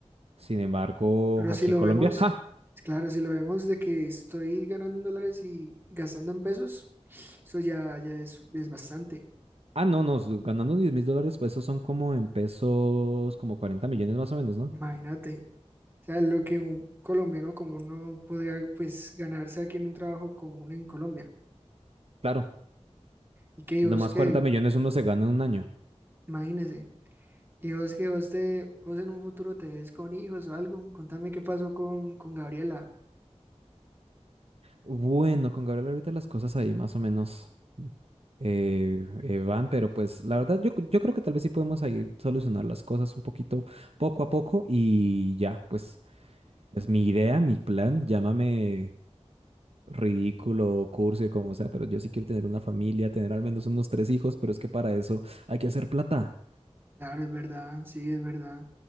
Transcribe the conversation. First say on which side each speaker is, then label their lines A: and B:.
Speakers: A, on the right; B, on the right.
A: Sin embargo,
B: Pero
A: aquí
B: si lo
A: en Colombia,
B: vemos,
A: ¡ja!
B: claro, si lo vemos de que estoy ganando en dólares y gastando en pesos, eso ya, ya es, ya es bastante.
A: Ah, no, no, s- ganando diez mil dólares, pues esos son como en pesos, como 40 millones más o menos, ¿no?
B: Imagínate. O sea, lo que un colombiano común no podría pues ganarse aquí en un trabajo común en Colombia.
A: Claro,
B: Y que
A: nomás
B: vos que,
A: 40 millones uno se gana en un año.
B: imagínese, y vos que vos te, vos en un futuro te ves con hijos o algo. Contame qué pasó con, con Gabriela.
A: Bueno, con Gabriel ahorita las cosas ahí más o menos eh, eh, van, pero pues la verdad yo, yo creo que tal vez sí podemos ahí solucionar las cosas un poquito poco a poco y ya, pues es mi idea, mi plan, llámame ridículo, cursi, como sea, pero yo sí quiero tener una familia, tener al menos unos tres hijos, pero es que para eso hay que hacer plata.
B: Claro, es verdad, sí, es verdad.